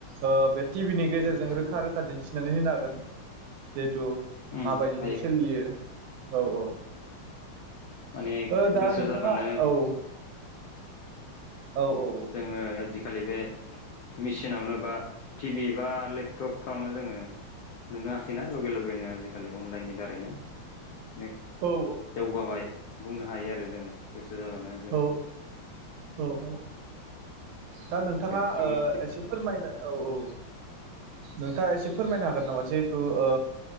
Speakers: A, on the right (about 75°); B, on the left (about 80°).
A: ओ टिभिनि
B: फोरमायसोमोन
A: गेजेरजों रोखा रोखा दिन्थिनानै होनो हागोन जिहेथु
B: उम
A: माबायदिहाय
B: हायो
A: सोलियो औ औ
B: माने
A: ओ दा
B: गोसो
A: नोंथाङा
B: जाबानो
A: औ औ औ
B: जोङो आथिखालि बे मेसिनावनो बा टिभि बा लेपटपफ्रावनो जोङो नुनो हासैना लगे लगेनो आजिखालि अनलाइननि दारैनो <unintelligible>
A: औ
B: जौगाबाय बुंनो हायो आरो जोङो जाबानो जों
A: औ औ औ औ दा नोंथाङा
B: गोदोथ'
A: ओ
B: माने
A: एसे फोरमायनो औ औ नोंथाङा एसे फोरमायनो हागोन नामा जिहेथु ओ